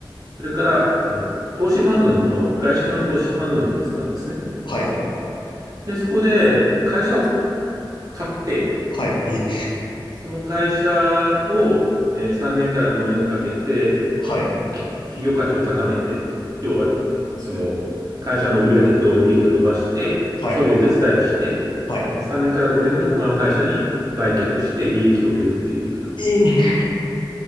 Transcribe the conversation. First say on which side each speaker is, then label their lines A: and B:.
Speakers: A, on the right; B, on the left.
A: それから、えー投資ファンドの、外資系の投資ファンドに移ったんですね。
B: はい、
A: で、そこで会社を買って、
B: はい、え、
A: その会社をえー3年から5年かけて、
B: はい、
A: き企業価値を高めて、要は、その会社の売上と利益を伸ばして、
B: はい、
A: そういうお手伝いをして、
B: はい、
A: 3年から5年後に他の会社に売却して利益を得るっていうような、
B: えー、